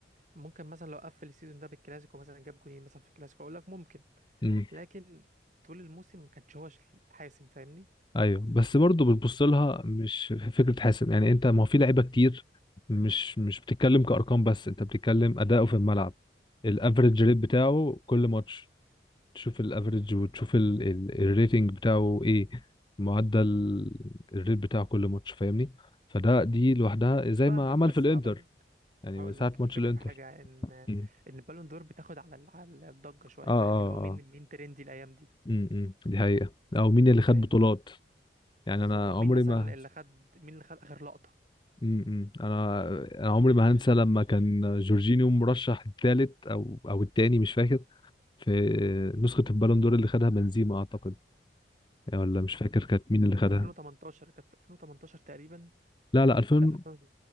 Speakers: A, on the right; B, on the left.
A: ممكن مثلا لو قفل السيزون ده بالكلاسيكو مثلا جاب جونين مثلا في الكلاسيكو اقول لك ممكن
B: امم
A: لكن طول الموسم ما كانش هو ش- حاسم فاهمني
B: ايوه بس برضه بتبص لها مش في فكرة حاسم يعني انت ما هو في لعيبة كتير مش مش بتتكلم كأرقام بس انت بتتكلم أداؤه في الملعب الافريج ريت بتاعه كل ماتش تشوف الافريج وتشوف ال- ال- الريتنج بتاعه ايه معدل الريت بتاعه كل ماتش فاهمني فده دي لوحدها زي
A: فاهمك
B: ما عمل
A: بس
B: في الانتر
A: هقول لك
B: يعني
A: هقول
B: من ساعة
A: لك
B: ماتش
A: الفكره
B: الانتر
A: في حاجه ان
B: مم.
A: ان البالون دور بتاخد على ال- على الضجه شويه
B: اه اه
A: فاهم اللي هو مين
B: اه
A: مين ترندي الايام دي
B: امم دي حقيقة او مين اللي خد
A: فاهمني
B: بطولات يعني
A: بالظبط
B: انا
A: او
B: عمري
A: مين مثلا
B: ما
A: اللي خد مين اللي خد اخر لقطه
B: م-م. انا انا عمري ما هنسى لما كان جورجينيو مرشح الثالث او او الثاني مش فاكر في نسخة البالون دور اللي خدها بنزيما اعتقد يعني ولا مش فاكر كانت مين اللي خدها
A: 2018 كانت في 2018 تقريبا
B: لا لا 2000
A: لا 2000